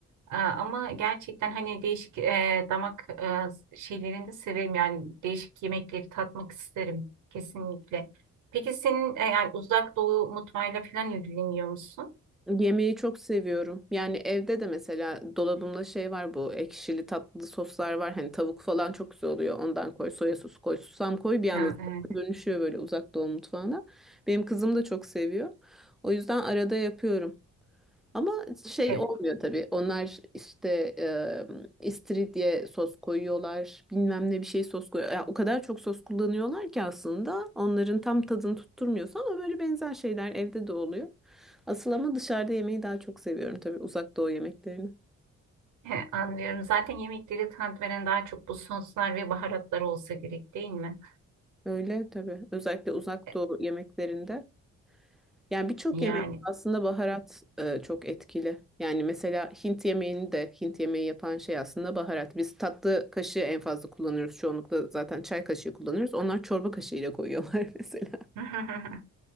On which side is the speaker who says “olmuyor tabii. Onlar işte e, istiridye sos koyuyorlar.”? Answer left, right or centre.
Centre